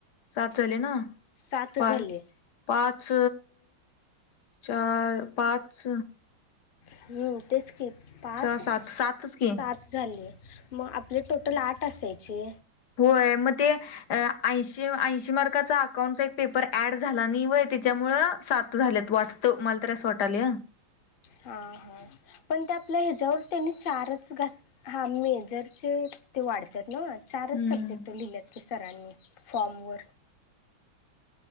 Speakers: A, on the left (about 60°); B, on the left (about 80°).
A: सात झाली ना
B: सात
A: पाच
B: झाले
A: पाच चार पाच
B: हम्म तेच क पाच
A: सात सातच की
B: सात झाले मग आपले टोटल आठ असायचे.
A: मग ते ऐशी ऐशी मार्काचा अकाउंटचा एक पेपर ऍड झाला नाही व त्याच्यामुळे सात झाल्यात वाटतं मला तर अस वाट आले.
B: हा हा पण ते आपल्या ह्याच्यावर त्यांनी चारच घात हा मेजरचे ते वाढतात ना. चारच
A: हम्म
B: सब्जेक्ट लिहिलेतले सरांनी फॉर्मवरर